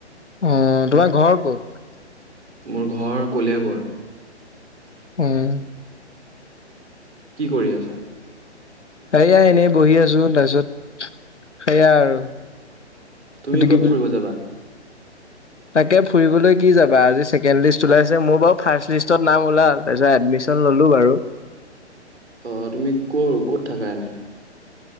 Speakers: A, on the left; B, on the right.
A: অ তোমাৰ ঘৰ ক'ত?
B: মোৰ ঘৰ কলিয়াবৰ।
A: উম
B: কি কৰি আছা?
A: সেয়া এনেই বহি আছোঁ। তাৰপিছত সেয়া আৰু
B: তুমি
A: এইটো
B: ক'ত
A: কি বুলি
B: ফুৰিব যাবা?
A: তাকে ফুৰিবলৈ কি যাবা? আজি ছেকেণ্ড লিষ্ট ওলাইছে। মোৰ বাৰু ফাৰ লিষ্টত নাম ওলাল, তাৰপিছত এডমিশ্যন ললোঁ বাৰু
B: অ তুমি ক' ক'ত থাকা এনে?